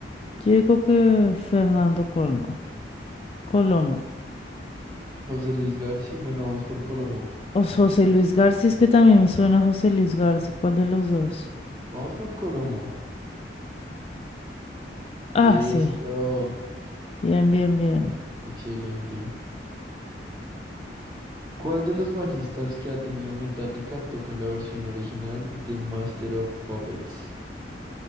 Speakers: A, on the left; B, on the right.
A: Yo digo que Fernando Colmo. Colomo.
B: José Luis García. Bueno, vamos por Colomo.
A: O José Luis García, es que también me suena José Luis García. ¿Cuál de los dos?
B: Vamos por Colomo.
A: Ah,
B: Eso.
A: sí. Bien, bien, bien.
B: Excelente. ¿Cuál de los bajistas que ha tenido Metallica toca en la versión original de Master of Puppets?